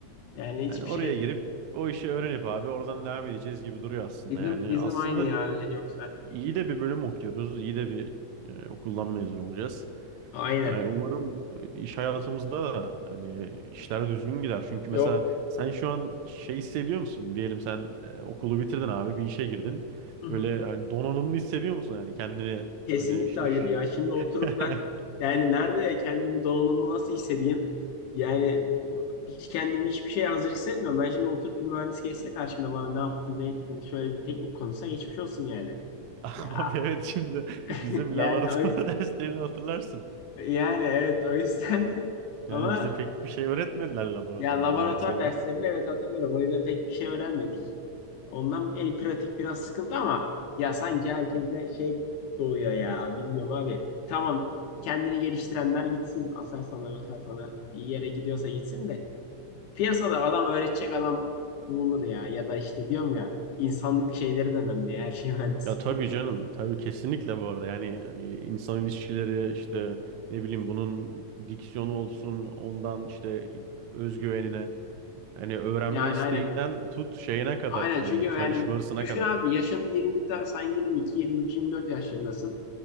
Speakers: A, on the left; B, on the right.
A: yani hiçbir
B: Yani oraya
A: şey
B: girip o işi öğrenip abi oradan devam edeceğiz gibi duruyor aslında
A: bizim
B: yani.
A: bizim
B: Aslında
A: aynı ya öyle yoksa.
B: iyi de bir bölüm okuyoruz. iyi de bir e, okuldan mezun olacağız.
A: Aynen.
B: Yani umarım iş hayatımızda da hani işler düzgün gider. Çünkü
A: Yok.
B: mesela sen şu an şey hissediyor musun? Diyelim sen e, okulu bitirdin abi bir işe girdin.
A: <laughs>
B: Böyle hani donanımlı hissediyor musun yani kendini
A: Kesinlikle
B: böyle işte
A: hayır
B: şu-
A: ya. Şimdi oturup
B: <laughs>
A: ben yani nerede kendimi donanımlı nasıl hissedeyim? Yani hiç kendimi hiçbir şeye hazır hissetmiyorum. Ben şimdi oturup bir mühendis geçse karşımda bana ne yaptın, ne ettin, şöyle bir teknik konuşsa geçmiş olsun yani.
B: Abi
A: Ya
B: evet şimdi
A: <laughs>
B: bizim
A: yani
B: laboratuvar
A: o yüzden
B: <laughs> derslerini hatırlarsın.
A: yani evet o yüzden <laughs> ama
B: Yani bize pek bir şey öğretmediler laboratuvarda
A: ya laboratuvar
B: yani teorik.
A: derslerini evet hatırlarım. O yüzden pek bir şey öğrenmedik. Ondan el pratik biraz sıkıntı ama ya sanki herkeste şey doğuyor ya. Bilmiyorum abi. Tamam kendini geliştirenler gitsin. Aselsan'a mesela sana iyi yere gidiyorsa gitsin de. Piyasada adam öğretecek adam bulunur ya. Ya da işte diyorum ya insanlık şeyleri de önemli ya. Her şey <laughs> mühendislik.
B: Ya tabii
A: değil.
B: canım, tabii kesinlikle bu arada. Yani hani insan ilişkileri işte ne bileyim bunun diksiyonu olsun, ondan işte özgüvenine, hani öğrenme
A: Yani
B: isteğinden
A: aynen.
B: tut şeyine kadar,
A: Aynen
B: hani
A: çünkü yani
B: çalışma hırsına
A: düşün
B: kadar.
A: abi yaşın 20 da- sen 22, 23, 24 yaşlarındasın.